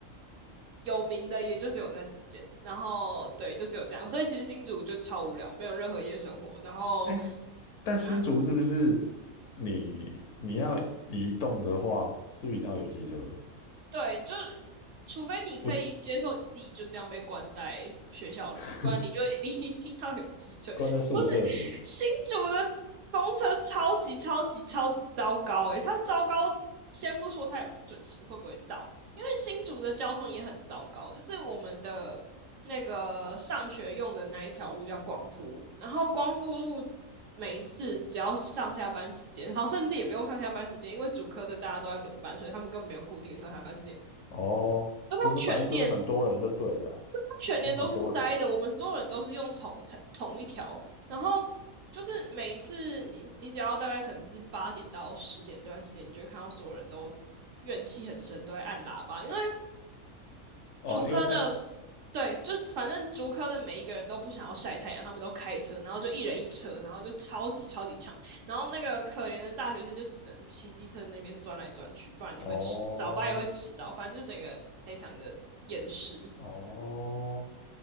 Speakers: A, on the right; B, on the left.
A: 有名的也就只有那几间，然后对，就只有这样，所以其实新竹就超无聊，没有任何夜生活，然后
B: 哎，但新竹是不是
A: 啊，
B: 你你要移动的话，是不是一定要有机车？
A: 对，就是除非你可以接受你自己就这样被关在学校里，
B: 我 <laughs>
A: 不然你就你 <laughs> 一定要有机车。
B: 关在宿舍里。
A: 不是新竹的公车超级超级超级糟糕诶、它糟糕，先不说它也准时会不会到，因为新竹的交通也很糟糕，就是我们的那个上学用的那一条路叫光复路，然后光复路每一次只要上下班时间，好，甚至也不用上下班时间，因为主科的大家都在轮班，所以他们根本没有固定上下班时间。
B: 哦，
A: 而他全年，
B: 就是反正就是很多人就对了啊
A: 他全年都是塞的，
B: 就是很多人。
A: 我们所有人都是用同一条同一条，然后就是每一次你你只要大概可能是八点到十点这段时间，你就会看到所有人都怨气很深，都会按喇叭，因为
B: 哦，
A: 竹科的，
B: 因为太
A: 对，就反正竹科的每一个人都不想要晒太阳，他们都开车，然后就一人一车，然后就超级超级长，然后那个可怜的大学生就只能骑机车那边钻来钻去，不然你会迟，
B: 哦
A: 早八也会迟到，反正就整个非常的厌世。
B: 哦，